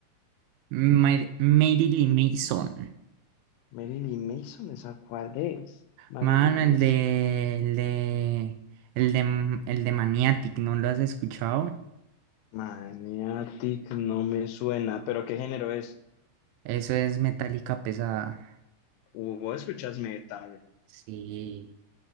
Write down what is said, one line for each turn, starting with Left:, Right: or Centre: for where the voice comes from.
Right: Mar- Marilyn Mason.
Left: Marilyn Mason, ¿esa cuál es? Marilyn
Right: Mano, el
Left: Mason.
Right: de, el de, el de, el de Maniatic, ¿no lo has escuchado?
Left: Maniatic no me suena, pero ¿qué género es?
Right: Eso es metálica pesada.
Left: Uh, ¿Vos escuchas metal?
Right: Sí,